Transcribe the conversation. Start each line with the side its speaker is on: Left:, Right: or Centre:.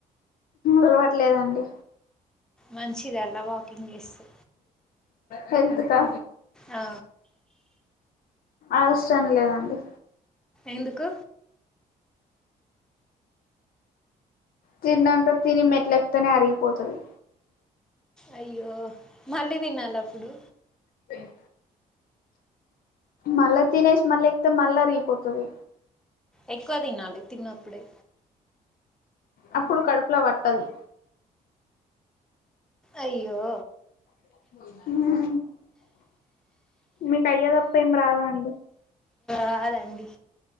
Left: అలవట్లేదండి
Centre: మంచిది అలా వాకింగ్ చేస్తే
Left: హెల్త్ కా
Centre: ఆ,
Left: అవసరం లేదండి
Centre: ఎందుకు
Left: తిన్నాక తిని మెట్లెక్తేనే అరిగిపోతది
Centre: అయ్యో మళ్ళీ తినాలప్పుడు
Left: పేన్ మళ్ళా తినేసి మళ్ళీ ఎక్తే మళ్ళా అరిగిపోతది
Centre: ఎక్కువ తినాలి తిన్నప్పుడే
Left: అప్పుడు కడుపులో పట్టది
Centre: అయ్యో
Left: మ్ మీకు అయ్యే తప్ప ఏం రాదా అండి
Centre: రాదండి